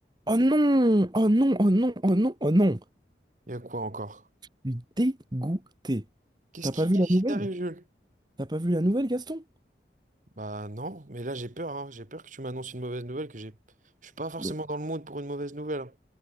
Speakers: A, on the right; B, on the right.
A: Oh non! Oh non! Oh non! Oh non! Oh non!
B: Il y a quoi encore?
A: Je suis dégoûté.
B: Qu'est-ce
A: T'as
B: qui,
A: pas vu
B: qu'est-ce
A: la nouvelle?
B: qui t'arrive, Jules?
A: T'as pas vu la nouvelle, Gaston?
B: Bah non, mais là j'ai peur, hein. J'ai peur que tu m'annonces une mauvaise nouvelle, que j'ai... Je suis pas forcément
A: Mais
B: dans le mood pour une mauvaise nouvelle.